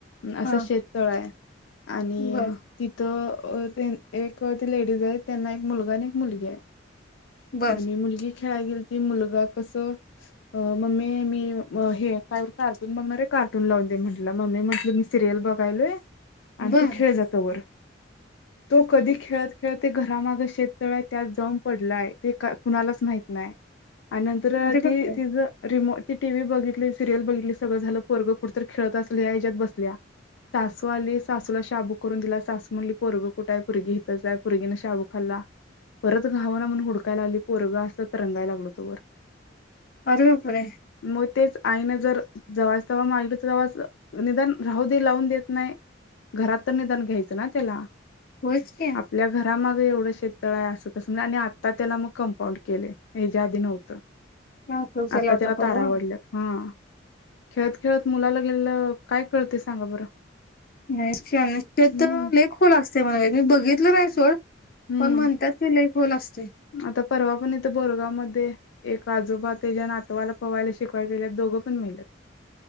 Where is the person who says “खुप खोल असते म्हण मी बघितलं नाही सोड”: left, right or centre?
Left